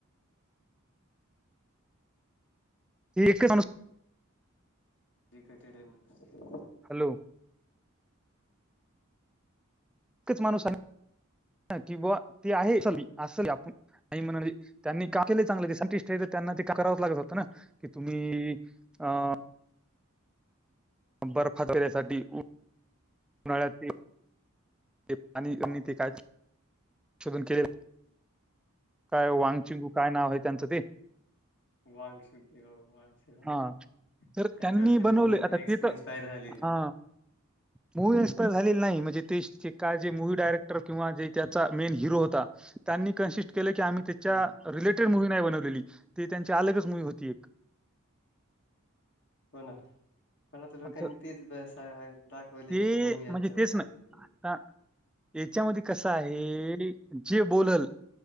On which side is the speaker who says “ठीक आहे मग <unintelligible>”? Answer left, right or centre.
Left